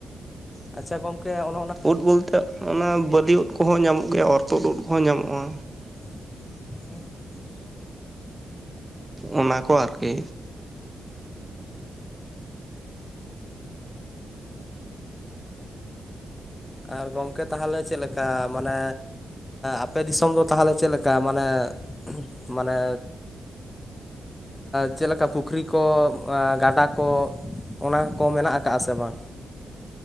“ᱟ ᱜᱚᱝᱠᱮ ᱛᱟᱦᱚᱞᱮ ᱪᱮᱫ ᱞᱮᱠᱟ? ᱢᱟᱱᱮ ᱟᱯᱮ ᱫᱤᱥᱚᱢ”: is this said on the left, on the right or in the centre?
Left